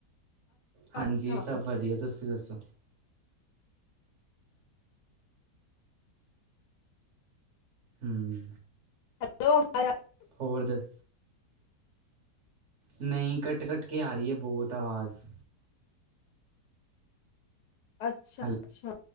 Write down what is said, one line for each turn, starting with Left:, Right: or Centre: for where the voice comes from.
Right: ਹਾਂਜੀ
Left: ਅੱਛਾ
Right: ਸਭ
Left: ਅੱਛਾ,
Right: ਵਧੀਆ ਤੁਸੀਂ ਦੱਸੋ <inaudible> ਹੂੰ
Left: ਹੈਲੋ ਆ
Right: ਹੋਰ ਦੱਸ ਨਹੀਂ ਕੱਟ ਕੱਟ ਕੇ ਆ ਰਹੀਏ ਬਹੁਤ ਅਵਾਜ਼
Left: ਅੱਛਾ
Right: ਹੈਲੋ
Left: ਅੱਛਾ